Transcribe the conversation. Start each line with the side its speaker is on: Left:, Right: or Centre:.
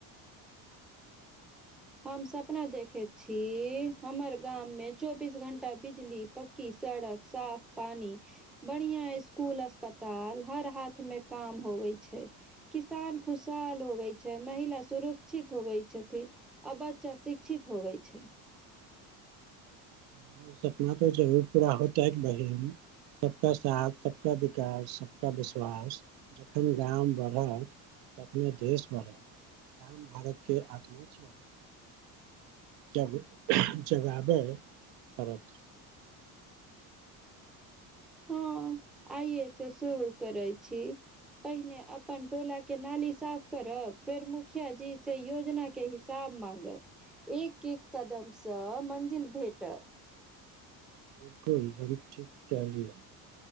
Centre: हम सपना देखैत छी हमर गाममे चौबीस घण्टा बिजली पक्की सड़क, साफ पानी बढ़िया इसकुल, अस्पताल, हर हाथ मे काम होवे छै किसान खुशहाल होबै छै, महिला सुरुक्षित होबै छथिन आ बच्चा शिक्षित होबै छै।
Right: हं ई सपना त जरूर पूरा होतैक बहिन सबका साथ सब सबका विकास, सबका विश्वास जखन गाम बढ़त तखने देश बढ़त गाम भारतके आत्मा छियै जब जगाबै पड़त।
Centre: हँ आइए से शुरू करै छी पहिने अपन टोला के नाली साफ करब फेर मुखिया जी से योजना के हिसाब मांगब एक-एक कदमसँ मंजिल भेटत
Right: बिलकुल बहूत ठीक कहेलिऐ